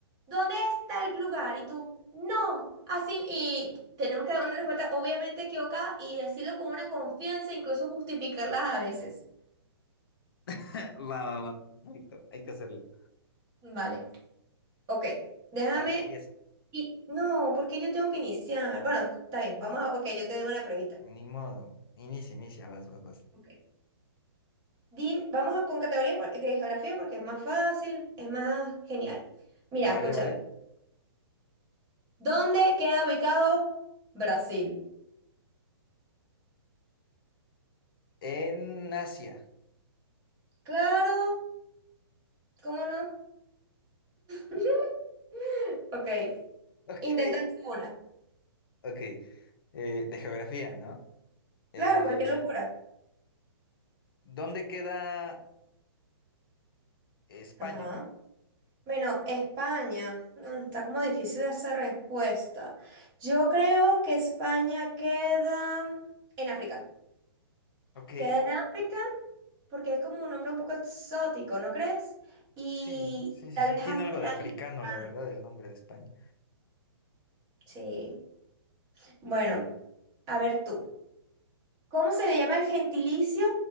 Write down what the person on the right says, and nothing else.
¿dónde está el lugar? Y tú, no, así, y tenemos que dar una respuesta obviamente equivocada y decirlo con una confianza, incluso justificarla a veces.
Vale, ok, déjame,
y no, porque yo tengo que iniciar. Bueno, está bien, vamos a, ok, yo te doy una previta.
Ok. Dim- vamos a, con categoría por- de geografía porque es más fácil, es más genial. Mira,
escúchame.
¿Dónde queda ubicado Brasil?
Claro, ¿cómo no? <laughs> Ok,
intenta tú una.
Claro, cualquier locura.
Ajá. Bueno, España. Mm, Está como difícil esa respuesta. Yo creo que España queda en África.
Queda en África porque es como un nombre un poco exótico, ¿no crees? Y
y tal
vez
África
y africano.
Sí. Bueno, a ver tú. ¿Cómo se le llama el gentilicio